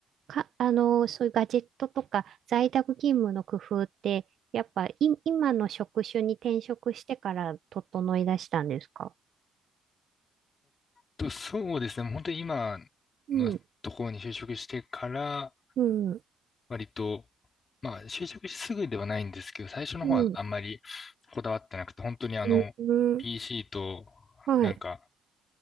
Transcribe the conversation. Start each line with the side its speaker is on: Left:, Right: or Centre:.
Right: か、あの、そういうガジェットとか在宅勤務の工夫って、やっぱい、今の職種に転職してから整い出したんですか
Left: と、そうですね。本当に今
Right: うん、
Left: のところに就職してから、
Right: うん、
Left: 割と、まあ、就職してすぐではないんですけど、最初の方はあんまり
Right: うん、
Left: こだわってなくて、本当にあの、
Right: うん、うん、
Left: PC と、
Right: はい。
Left: なんか、